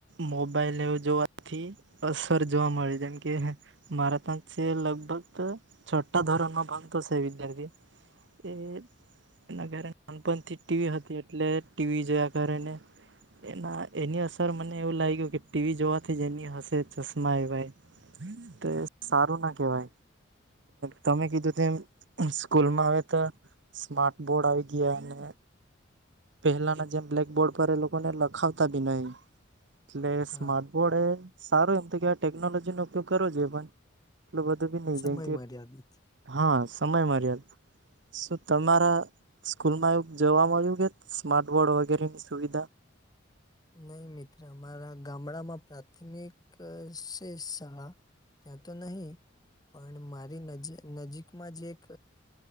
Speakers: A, on the right (about 60°); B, on the left (about 20°).
A: મોબાઈલવ જોવાથી અસર જોવા મળે છેમ કે મારે ત્યાં છે લગભગ છઠ્ઠા ધોરણ માં ભંગતો છે વિદ્યાર્થી એ એના ઘરે નાનપણથી ટીવી હતી એટલે ટીવી જોયા કરીને. એના એની અસર મને એવું લાગ્યું કે ટીવી જોવાથી જ એની હશે ચશ્મા એ ભાઈ તે સારું ના કેવાય તમે કીધું તેમ સ્કૂલમાં આવે તો સ્માર્ટ બોર્ડ આવી ગયા અને પહેલાના જેમ બ્લેકબોર્ડ પર એ લોકોને લખાવતા બી નહીં. એટલે
B: હા
A: સ્માર્ટ બોર્ડ એ સારું એમ તો કેવા ટેકનોલોજી નો ઉપયોગ કરવો જોઈએ પણ લબધભી નહી
B: સમય
A: જાય કે
B: મર્યાદિત
A: હા સમય મર્યાદા તો શું તમારા સ્કૂલમાં આવું જોવા મળ્યું કે સ્માર્ટ બોર્ડ વગેરે ની સુવિ
B: નહીં મિત્ર અમારા ગામડામાં પ્રાથમિક <unintelligible> ત્યા તો નહી પણ મારી નજી નજીકમાં જે એક